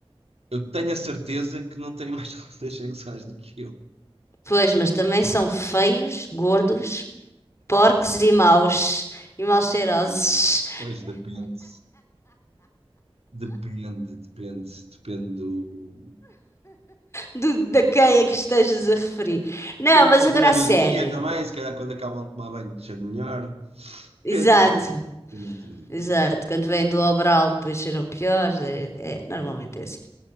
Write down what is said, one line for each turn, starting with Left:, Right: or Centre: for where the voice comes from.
Right: eu tenho a certeza que não têm mais <laughs> relações sexuais do que eu.
Left: Pois, mas também são feios, gordos, porcos e maus. E mal cheirosos.
Right: Ah, pois depende. Depende, depende, depende do.
Left: Do, da quem é que estejas a referir. Não,
Right: Depende
Left: mas
Right: da altura
Left: agora a sério.
Right: do dia também, se calhar quando acabam de tomar banho deixa melhor.
Left: Exato,
Right: Depende da altura do dia,
Left: exato.
Right: depende da altura
Left: Quando vêm
Right: do dia,
Left: do Obral, depois cheiram piores. É, é- normalmente é assim.